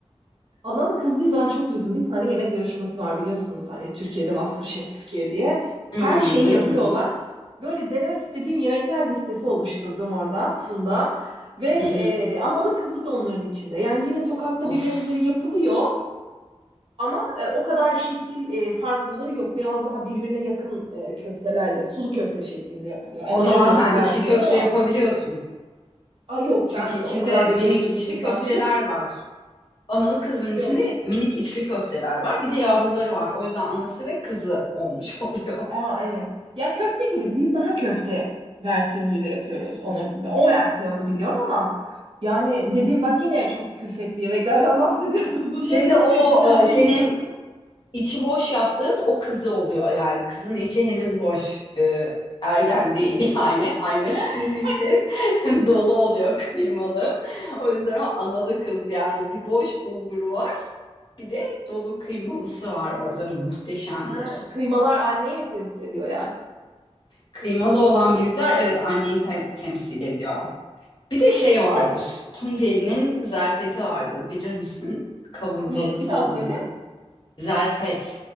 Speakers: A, on the right; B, on the left.
A: analı kızlıyı ben çok duydum. Bir tane yemek yarışması var biliyorsunuz. Hani Türkiye'de MasterChef Türkiye diye.
B: Hmm,
A: Her şeyi
B: duydum.
A: yapıyorlar. Böyle denemek istediğim yemekler listesi oluşturdum orada Funda. Ve e,
B: Hı hı.
A: analı kızlı da onların içinde. Yani yine Tokat'ta
B: Of.
A: bir benzeri yapılıyor. Ama e, o kadar şekil e, farklılığı yok. Biraz daha birbirine yakın e, köftelerle, sulu köfte şeklinde yapılıyor. Yani
B: O zaman
A: en yakın
B: sen
A: versiyonu
B: içli köfte
A: o.
B: yapabiliyorsun.
A: Aa yok
B: Çünkü
A: ben
B: içinde
A: o kadar
B: minik
A: becerikli
B: içli
A: bir insan
B: köfteler
A: değilim. <laughs>
B: var. Analı kızın
A: Yok.
B: içinde minik içli köfteler var. Bir de yavruları var. O yüzden anası ve kızı olmuş <laughs> oluyor.
A: Aa evet. Ya köfte gibi biz daha köfte versiyonuyla yapıyoruz onu. O versiyonunu biliyorum ama yani dedim bak yine çok külfetli yemeklerden <laughs> bahsediyorsun. Bunları
B: Şimdi
A: nasıl
B: o
A: yapacağız
B: e,
A: ve
B: senin
A: yiyeceğiz?
B: içi boş yaptığın o kızı oluyor yani. Kızın içi henüz boş. E, ergen değil <laughs> yani. Annesinin
A: <laughs>
B: içi <laughs> dolu oluyor kıymalı. O yüzden o analı kız yani. Bir boş bulguru var. Bir de dolu kıymalısı var orada muhteşemdir.
A: Ha, kıymalar anneyi mi temsil ediyor yani?
B: Kıymalı olan büyükler evet anneyi te- temsil ediyor. Bir de şey vardır. Tunceli'nin zerfeti vardır bilir misin? Kavurmalı
A: Ne?
B: soğanlı.
A: Bir daha söyle.
B: Zarfet